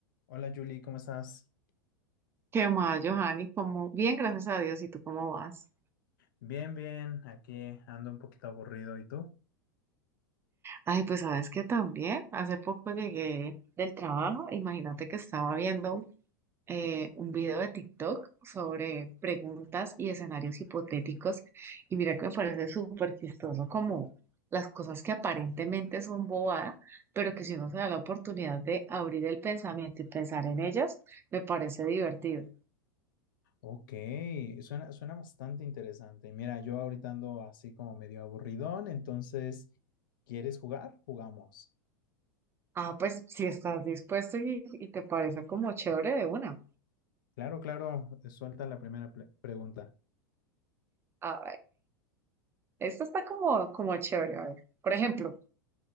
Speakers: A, on the left; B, on the right.
A: Hola Julie, ¿cómo estás?
B: ¿Qué más, Johanny? cómo bien, gracias a Dios. ¿Y tú cómo vas?
A: Bien, bien, aquí ando un poquito aburrido, ¿y tú?
B: Ay, pues sabes que también hace poco llegué del trabajo. Imagínate que estaba viendo eh, un video de TikTok sobre preguntas y escenarios hipotéticos. Y mira que me parece súper chistoso como las cosas que aparentemente son bobadas, pero que si uno se da la oportunidad de abrir el pensamiento y pensar en ellas, me parece divertido.
A: Ok, suena, suena bastante interesante. Mira, yo ahorita ando así como medio aburridón, entonces, ¿quieres jugar? Jugamos.
B: Ah, pues si estás dispuesto y, y te parece como chévere de una.
A: Claro, claro, eh, suelta la primera ple- pregunta.
B: ah, Esto está como, como chévere. A ver. Por ejemplo,